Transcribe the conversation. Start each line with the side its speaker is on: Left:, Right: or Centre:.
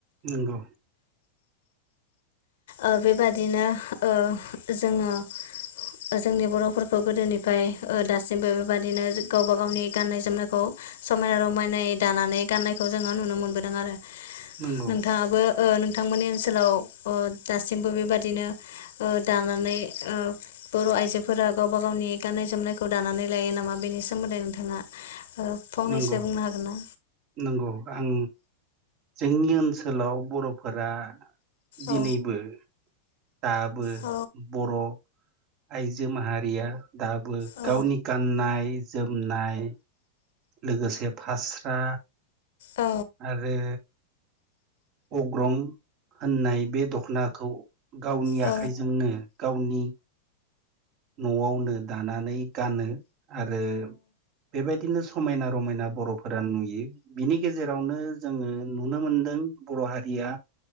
Right: नंगौ।
Left: ओ-बेबादिनो ओ-जोङो। जोंनि बरफोरखौ गोदोनिफ्राय दासिमबो बेबादिनो गावबा गावनि गाननाय जोमनायखौ। समायना रमायनायै दानानै गाननायखौ जोङो नुनो मोनबोदों आरो।
Right: नंगौ
Left: नोंथाङाबो नोंथांमोननि ओनसोलाव-ओ दासिमबो बेबादिनो ओ-दानानै ओ-बर आइजोफोरा गावबा गावनि ग जोमनायखौ दनानै लायो नामा बेनि सोमोन्दै नोंथाङा। ओ फंनैसो
Right: नंगौ
Left: बुंनो हागोन ना?
Right: नंगौ आं जोंनि ओनसोलाव बरफोरा दिनैबो
Left: औ
Right: दाबो
Left: औ
Right: बर आइजो माहारिया दाबो
Left: औ
Right: गावनि गाननाय जोमनाय लोगोसे फास्रा
Left: औ
Right: आरो अग्रं होननाय बे दखनाखौ गावनि
Left: औ
Right: आखाइजोंनो। गावनि नआवनो दानानै गानो आरो बेबायदिनो समायना रमायना बरफोरा नुयो बिनि गेजेरावनो जोङो नुनो मोनदों बर हारिया